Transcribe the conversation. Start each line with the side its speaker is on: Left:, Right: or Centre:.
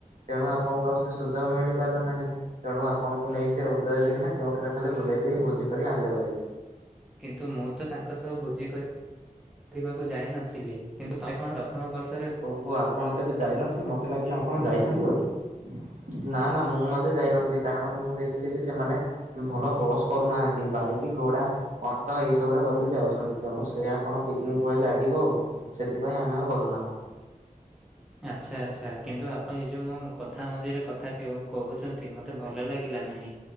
Right: ତେଣୁ ଆପଣଙ୍କୁ ଆଉ ସେ ସୁଯୋଗ ମିଳିପାରିଲା ନାହିଁ। ତେଣୁ ଆପଣଙ୍କୁ ନେଇ ସେ ଉଦୟଗିରି ନା କେଉଁଠାରେ ଖାଲି ବୁଲେଇ ଦେଇ ଭୋଜି କରି ଆଣିଲେ ଭାରି।
Centre: କିନ୍ତୁ ମୁଁ ତ ତାଙ୍କ ସହ ଭୋଜି କରି ବାକୁ ଯାଇ ନଥିଲି। କିନ୍ତୁ ତମେ କଣ ପ୍ରଥମ ବର୍ଷ
Right: ଓହୋ ଆପଣ ତେବେ ଯାଇ ନଥିଲେ ମତେ ଲାଗିଲା ଆପଣ ଯାଇଛନ୍ତି ବୋଲି। ନା ନା ମୁଁ ମଧ୍ୟ ଯାଇନଥିଲି। କାରଣ ମୁଁ ଦେଖିଲି କି ସେମାନେ ଭଲ ବସ୍ କରୁନାହାନ୍ତି ବାଇକ୍ ଘୋଡା, ଅଟୋ ଏଇ ସବୁରେ କରିକି ଯାଉଛନ୍ତି ତେଣୁ ସେୟା କଣ ପିକନିକ ଭଳି ଲାଗିବ ଆଉ ସେଥିପାଇଁ ଆମେ ଗଲୁ ନାହୁଁ।
Centre: ଆଛା ଆଛା କିନ୍ତୁ ଆପଣ ଏଇ ଯୋଉ ମୋ ମ କଥା ମଝିରେ କଥା କହୁଛନ୍ତି ମତେ ଭଲ ଲାଗିଲା ନାହିଁ